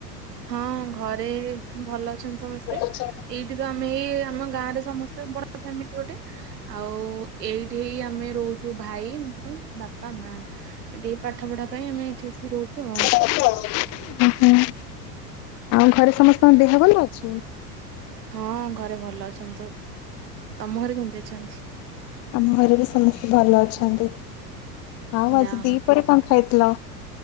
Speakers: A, on the right; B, on the left.
A: ହଁ ଘରେ ଭଲ ଅଛନ୍ତି ସମସ୍ତେ।
B: ଓହୋ
A: ତେ। ଏଇଠି ତ ଆମେ ଏଇ ଆମ ଗାଁରେ ସମସ୍ତେ ବଡ ପ୍ୟାମିଲି ଗୋଟେ। ଆଉ ଏଇଠି ହେଇ ଆମେ ରହୁଛୁ ଭାଇ ମୁଁ ବାପା ମା। ଏଟିକି ପାଟେ ପାଠ ପଢା ପାଇଁ ଆମେ ଏଠି ଆସି ରହୁଛୁ ଆଉ।
B: ଉଁ ହୁଁ। ଆଉ ଘରେ ସମସ୍ତଙ୍କ ଦେହ ଭଲ ଅଛି।
A: ହଁ ଘରେ ଭଲ ଅଛନ୍ତି ସବୁ। ତମ ଘରେ କେମିତି ଅଛନ୍ତି?
B: ଆମ ଘରେ ବି ସମସ୍ତେ ଭଲ ଅଛନ୍ତି। ଆଉ
A: ଯା
B: ଆଜି
A: ହଁ।
B: ଦି ପହରେ କ ଖାଇ ଥିଲ?